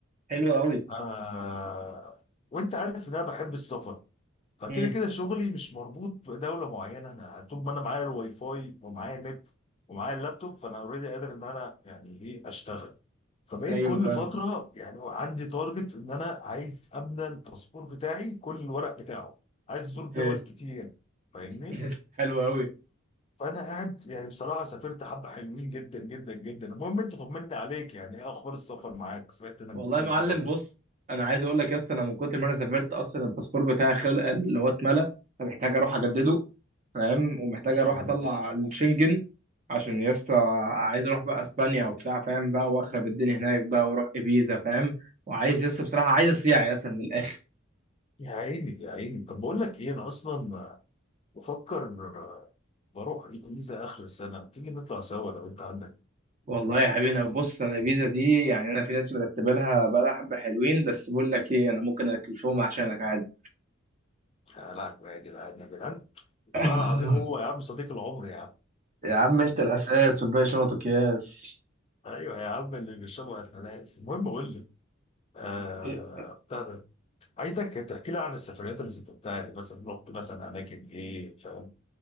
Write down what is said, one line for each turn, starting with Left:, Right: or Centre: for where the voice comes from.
Right: حلو قوي
Left: آه... وانت عارف ان انا بحب السفر فكده
Right: مم.
Left: كده شغلي مش مربوط بدوله معينه انا طول ما انا معايا الواي فاي ومعايا النت ومعايا اللابتوب فانا اوريدي قادر ان انا يعني ايه اشتغل فبقيت
Right: ايوه
Left: كل
Right: فاهم
Left: فتره يعني عندي تارجت ان انا عايز املى الباسبور بتاعي كل الورق بتاعه عايز ازور
Right: اوكي
Left: دول كتير فاهمني
Right: <laughs> حلو قوي
Left: فانا قاعد يعني بصراحه سافرت حبه حلوين جدا جدا جدا المهم انت طمني عليك يعني ايه اخبار السفر معاك سمعت انك
Right: والله
Left: بتسافر
Right: يا معلم
Left: برضه
Right: بص
Left: ان
Right: انا عايز اقول لك يا اسطى انا من كتر ما انا سافرت اصلا الباسبور بتاعي خلق اللي هو اتملى فمحتاج اروح اجدده فاهم ومحتاج
Left: شاء
Right: اروح
Left: الله
Right: اطلع الشنجن عشان يا اسطى عايز اروح بقى اسبانيا وبتاع فاهم بقى واخرب الدنيا هناك بقى واروح ابيزا فاهم وعايز يا اسطى بصراحه عايز اصيع يا اسطى من الاخر
Left: يا عيني يا عيني طب بقول لك ايه انا اصلا بفكر بروح الجيزه اخر السنه تيجي نطلع سوا لو انت عندك
Right: والله يا حبيبي انا بص انا الفيزا دي يعني انا في ناس مرتبه لها بقى لها حبه حلوين بس بقول لك ايه انا ممكن اكلفهم عشانك عادي
Left: يا لهوي يا جدعان يا جدعان والله
Right: آه،
Left: العظيم هو يا عم صديق العمر يا عم
Right: يا عم انت الاساس والباقي شنط وكياس
Left: ايوه يا عم اللي بيشربوا اناناس المهم اقول لك آه
Right: إيه؟
Left: بتاع ده عايزك تحكي لي عن السفريات اللي سافرتها يعني مثلا رحت مثلا اماكن ايه فاهم